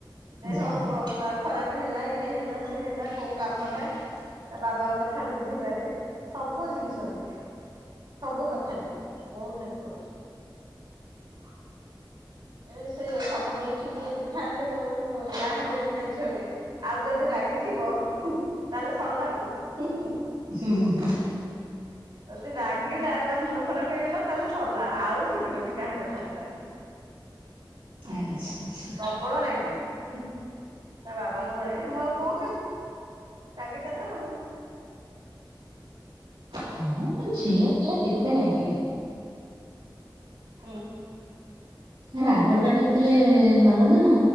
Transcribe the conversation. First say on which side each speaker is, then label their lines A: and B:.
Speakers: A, on the right; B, on the right.
A: ଦେହ
B: ଯାହା
A: ଅ
B: ହଉ
A: ପା ଖରାପ ହେଲା ଇଏ ହେଲା ସେ ହେଲା କୋଉ କାମଟା ତା ବାବାଙ୍କ କଥା ବୁଝିିବାରେ ସବୁ ଜିନିଷରେ। ସବୁ କଥାରେ ବହୁତ ହେଲ୍ପ କରୁଛି।
B: <inaudible>
A: ଏ ସେ ସମସ୍ତେ କି ଯିଏ ବି ଥାଆନ୍ତେ କ କହିବ ଯାହଉ ଏମିତା ଝିଅଟେ, ଆଉ ଯଦି ରାଗିଥିବ ତାହେଲେ ସରିଲା ଆଉ।
B: ହୁଁ ହୁଁ ହୁଁ।
A: ଯଦି ରାଗିଲା ତା ମୁଣ୍ଡ ଖରାପ ହେଇଗଲା। ତାହେଲେ ସରିଲା ଆଉ ଶୁଣିବନି କାହା କଥା।
B: <inaudible> ଆଚ୍ଛା ଆଚ୍ଛା
A: ପ୍ରବଳ ରାଗି। ତା ବାବାଙ୍କ ଭଳିଆ, ମୁଁ ଆଉ କଣ କରିବି ରାଗିଟା ତ ଆଉ।
B: ହଁ ଝିଅ ପିଲା କେତେ ରାଗିବେ।
A: ହଁ।
B: ରାଗ ଟା ଟିକେ ଥିଲେ ଭଲ ନା,